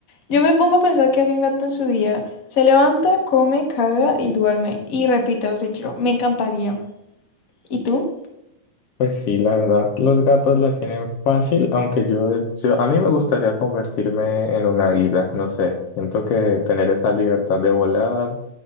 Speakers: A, on the left; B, on the left.
A: yo me pongo a pensar qué hace un gato en su día. Se levanta, come, caga y duerme. Y repite el ciclo. Me encantaría. ¿Y tú?
B: Pues sí, la verdad, los gatos la tienen fácil, aunque yo, yo- a mí me gustaría convertirme en un águila, no sé, siento que tener esa libertad de volar,